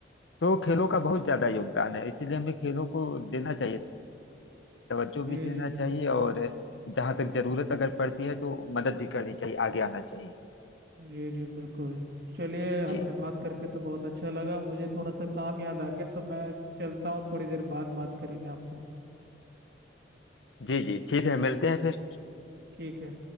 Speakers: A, on the left (about 85°); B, on the right (about 55°).
A: तो खेलों का बहुत ज्यादा योगदान है इसीलिए हमें खेलों को देना चाहिए तवज्जो
B: जी
A: भी देना
B: जी बिल्कुल
A: चाहिए और
B: बिल्कुल
A: जहां तक जरूरत अगर पड़ती है तो मदद भी करनी चाहिए आगे आना चाहिए
B: जी जी बिल्कुल चलिए आपसे
A: जी
B: बात करके तो बहुत अच्छा लगा मुझे थोड़ा सा काम याद आ गया तो मैं चलता हूँ थोड़ी देर बाद बात करेंगे आपसे
A: जी जी ठीक है मिलते हैं फिर
B: ठीक है